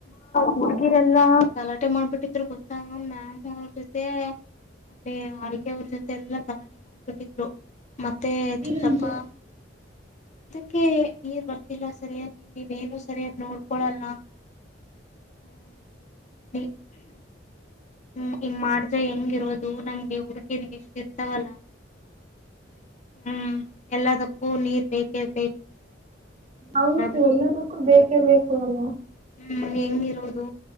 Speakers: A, on the left; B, on the right.
A: ಹೋಗಿರಲ್ಲ ಗಾಲ ಊಟ ಮಾಡ್ಬಿಟಿದ್ರು ಗೋತ್ತಾ ಮ್ಯಾಮು ಅವ್ರ ಜೊತೆ ಅಲ್ಲಿ ಅಡ್ಗೆ ಅವ್ರ ಜೊತೆಯೆಲ್ಲಾ ಗಲಾಟೆ ಮಾಡ್ಬಿಟಿದ್ರು ಮತ್ತೇ
B: ನೀರಂದ್ರೆ
A: ಸ್ವಲ್ಪ ಅದಕ್ಕೆ ನೀರ್ ಬರ್ತಿಲ್ಲ ಸರಿಯಾಗಿ ನೀವ್ ಏನು ಸರಿಯಾಗಿ ನೋಡಿಕೊಳ್ಳ ಹಮ್ ಹಮ್ ಹೀಗ್ ಮಾಡ್ರಿ ಹೆಂಗೆ ಅದು ನಮಗೇ ಊರಿಕೆರೆ ಗೆ ಎಷ್ಟು ಇರ್ತವೆ ಅಲ್ವ ಹುಂ ಎಲ್ಲಾದಕ್ಕೂ ನೀರು ಬೇಕೆ ಬೇಕು
B: ಹೌದು
A: ಎಲ್ಲದಕ್ಕೂ
B: ಯಲಾದಕ್ಕೂ ಬೇಕೆ ಬೈಕು ಅಲ್ವ
A: ಹಮ್ ಹೆಂಗ್ ಇರೋದು